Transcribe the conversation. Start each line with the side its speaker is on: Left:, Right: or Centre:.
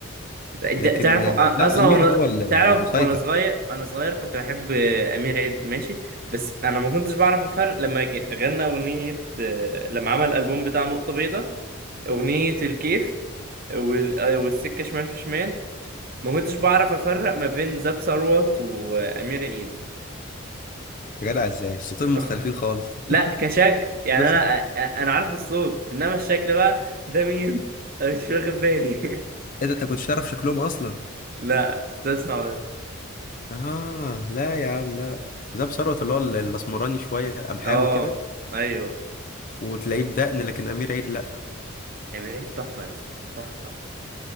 Right: لا، انت
Left: لكن
Right: تعرف
Left: آه،
Right: اصلا
Left: لا أمير
Right: وانا
Left: هو اللي
Right: تعرف
Left: مسيطر
Right: وانا صغير انا صغير كنت بحب امير عيد ماشي بس انا ما كنتش بعرف افرق لما ك- غنى اغنيه لما عمل الالبوم بتاع نقطه بيضاء اغنيه الكيف وال- والسكه شمال في شمال ما كنتش بعرف افرق ما بين زاب ثروت وامير عيد
Left: يا جدع ازاي الصوتين
Right: <laughs>
Left: مختلفين خالص
Right: لا كشكل
Left: <laughs>
Right: يعني
Left: ده
Right: انا
Left: صوت
Right: انا عارف الصوت انما الشكل بقى ده مين أنا مش واخد بالي
Left: ايه ده انت كنتش تعرف شكلهم اصلا
Right: لا كنت اسمع بس
Left: اه لا يا عم لا لا زاب ثروت اللي هو ال- الاسمراني شوية قمحاوي
Right: اه
Left: كده
Right: ايوه
Left: وتلاقيه بدقن لكن أمير عيد لا
Right: امير عيد تحفه يا اسطى تحفه